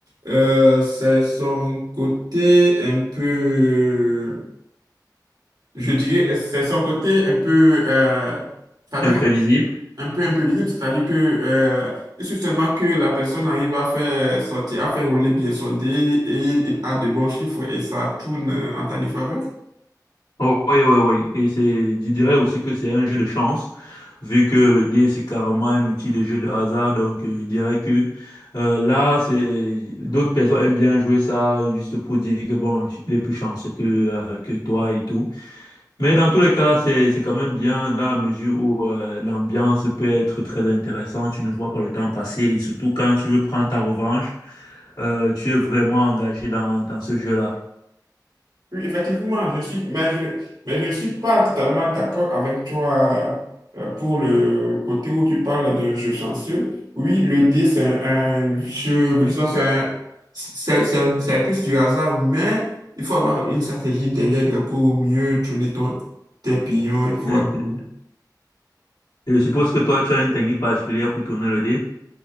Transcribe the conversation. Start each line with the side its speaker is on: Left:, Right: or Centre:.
Right: euh, c'est son côté un peu, je dirais, c'est son côté un peu, euh, c'est-à-dire
Left: Imprévisible.
Right: un peu imprévisible, c'est-à-dire que euh, il suffit seulement que la personne arrive à faire sortir, à faire rouler bien son dé et il a de bons chiffres et ça tourne euh, en ta défaveur.
Left: Oh, Oui, oui, oui. Et c'est, je dirais aussi que c'est un jeu de chance, vu que le dé, c'est carrément un outil de jeu de hasard. Donc, euh, je dirais que euh, là, c'est d'autres personnes aiment bien jouer ça juste pour dire que, bon, il est plus chanceux que, euh, que toi et tout. Mais dans tous les cas, c'est, c'est quand même bien dans la mesure où euh, l'ambiance peut être très intéressante. Tu ne vois pas le temps passer et surtout quand tu veux prendre ta revanche, euh, tu es vraiment engagé dans, dans ce jeu-là.
Right: Oui, effectivement, je suis, mais je, mais je ne suis pas totalement d'accord avec toi euh, pour le côté où tu parles de jeu chanceux. Oui, le dé, c'est un, un jeu, disons, c'est un- c'est c'est- c'est plus du hasard, mais il faut avoir une stratégie derrière pour mieux tourner ton, tes pions et pouvoir
Left: <laughs>
Right: gagner.
Left: Et je suppose que toi, tu as une technique particulière pour tourner le dé.